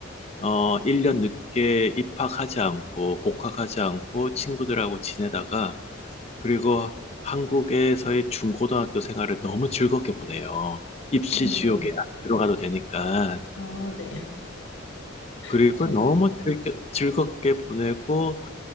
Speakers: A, on the left (about 30°); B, on the left (about 75°).
A: 어, 1년 늦게 입학하지 않고 복학하지 않고 친구들하고 지내다가 그리고 한국에서의 중고등학교 생활을 너무 즐겁게 보내요. 입시
B: 네.
A: 지옥에
B: 네.
A: 안 들어가도 되니까.
B: 아, 네. <laughs>
A: 그리고
B: 그쵸.
A: 너무 즐겨, 즐겁게 보내고